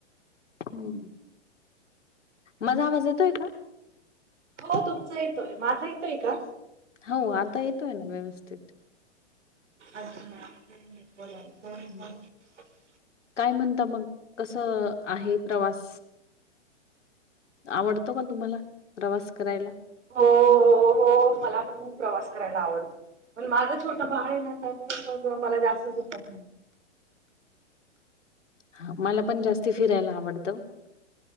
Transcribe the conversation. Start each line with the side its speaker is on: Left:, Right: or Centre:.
Left: हम्, माझा आवाज येतोय का?
Right: हो तुमचा येतोय माझा येतोय का?
Left: हो आता येतोय ना व्यवस्थित.
Right: अच्छा. <inaudible>
Left: हं.
Right: <unintelligible>
Left: काय म्हणता मग कसं आहे प्रवास. आवडतो का तुम्हाला प्रवास करायला.
Right: हो हो हो मला खूप प्रवास करायला आवडत प माज छो छोट् बाळ ये ना मग मला जास्त जमत नाही
Left: हा मला पण जास्त फिरायला आवडतं.